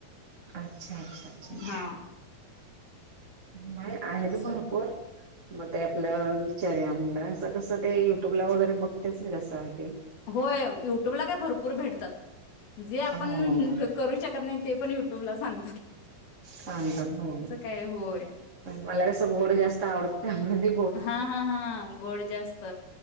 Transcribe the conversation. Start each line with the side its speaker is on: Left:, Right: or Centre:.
Right: अच्छा अच्छा अच्छा
Left: हा
Right: नाही आहेत
Left: असं
Right: भरपूर
Left: आहे.
Right: मग ते आपल विचार या म्हणलं असं कसं ते युट्यूबला वगैरे बघतेच की रसायन
Left: होय युट्यूबला काय भरपूर भेटतात, जे आपण
Right: हो
Left: करू शकत नाही ते पण युटू ट्यूब सांग
Right: सांगतात हो.
Left: काय होय
Right: मला कस गोड जास्त आवडत त्यामध्ये
Left: हा हा हा गोड जास्त.